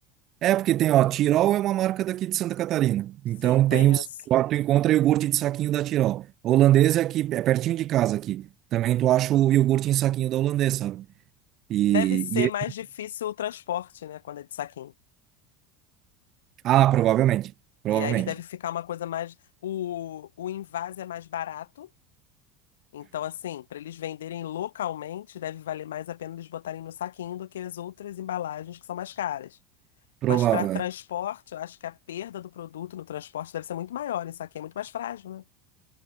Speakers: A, on the right; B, on the left.
A: É, porque tem, ó, Tirol é uma marca daqui de Santa Catarina.
B: Sim,
A: Então
B: conheço.
A: tem os. lá Tu encontra iogurte de saquinho da Tirol. Holandês é aqui, é pertinho de casa aqui. Também tu acha o iogurte em saquinho da Holandês, sabe? E,
B: Deve ser mais
A: e...
B: difícil o transporte, né, quando é de saquinho.
A: Ah, provavelmente. Provavelmente.
B: E aí deve ficar uma coisa mais. O, o envase é mais barato. Então, assim, para eles venderem localmente, deve valer mais a pena eles botarem no saquinho do que as outras embalagens que são mais caras.
A: Provável,
B: Mas para transporte, eu acho que a perda do produto no transporte deve ser muito maior. Isso aqui é muito mais frágil, né?